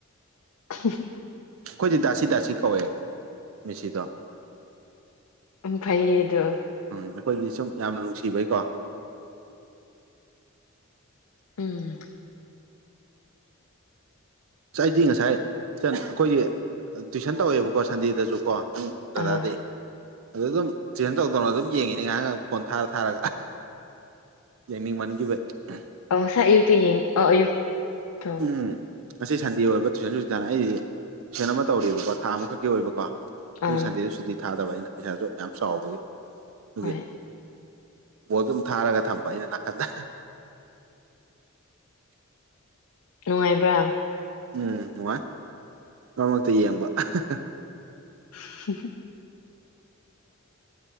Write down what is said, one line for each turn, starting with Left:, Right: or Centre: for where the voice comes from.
Left: <unintelligible>
Right: ꯑꯩꯈꯣꯏꯗꯤ ꯗꯥꯁꯤ ꯗꯥꯁꯤ ꯀꯧꯋꯦ ꯃꯦꯁꯤꯗꯣ
Left: ꯎꯝ ꯐꯩꯌꯦ ꯑꯗꯣ
Right: ꯎꯝ ꯑꯩꯈꯣꯏꯗꯤ ꯁꯨꯝ ꯌꯥꯝꯅ ꯅꯨꯡꯁꯤꯕꯩꯀꯣ꯫
Left: ꯎꯝ
Right: ꯑꯩꯗꯤ ꯉꯁꯥꯏ ꯏꯆꯟ ꯑꯩꯈꯣꯏꯒꯤ ꯇꯨꯏꯁꯟ ꯇꯧꯋꯦꯕꯀꯣ ꯁꯟꯗꯦꯗꯁꯨꯀꯣ ꯅꯪ ꯗꯗꯥꯗꯤ
Left: ꯑꯥ
Right: ꯑꯗ ꯑꯗꯨꯝ ꯇꯨꯏꯁꯟ ꯇꯧ ꯇꯧꯅ ꯑꯗꯨꯝ ꯌꯦꯡꯉꯤꯅꯦ ꯉꯥꯏꯍꯥꯛ ꯉꯥꯏꯍꯥꯛ ꯐꯣꯟ ꯊꯥꯔ ꯊꯥꯔꯒ ꯌꯦꯅꯤꯡ ꯃꯟꯈꯤꯕꯩ <unintelligible>
Left: ꯑ ꯉꯁꯥꯏ ꯑꯌꯨꯛꯇꯤ ꯌꯦꯡ ꯑ ꯑꯌꯨꯛ ꯇꯣ
Right: ꯎꯝ ꯉꯁꯤ ꯁꯟꯗꯦ ꯑꯣꯏꯕ ꯇꯨꯏꯁꯟ ꯁꯨꯇꯤ <unintelligible> ꯑꯩꯗꯤ ꯇꯨꯏꯁꯟ ꯑꯃ ꯇꯧꯔꯤꯕꯀꯣ ꯊꯥ ꯑꯃꯈꯛꯀꯤ ꯑꯣꯏꯕꯀꯣ ꯑꯩꯒꯤ
Left: ꯑꯥ
Right: ꯁꯟꯗꯦꯗ ꯁꯨꯇꯤ ꯊꯥꯗꯕ ꯑꯩꯅ ꯄꯩꯁꯥꯁꯨ ꯃꯌꯥꯝ ꯆꯥꯎꯕꯒꯤ ꯑꯗꯨꯒꯤ
Left: ꯍꯣꯏ
Right: ꯕꯣꯜ ꯑꯗꯨꯝ ꯊꯥꯔꯒ ꯊꯝꯕ ꯑꯩꯅ ꯅꯥꯀꯟꯗ
Left: ꯅꯨꯡꯉꯥꯏꯕ꯭ꯔꯥ?
Right: ꯎꯝ ꯅꯨꯡꯉꯥꯏ ꯃꯔꯛ ꯃꯔꯛꯇ ꯌꯦꯡꯕ <unintelligible>
Left: <unintelligible>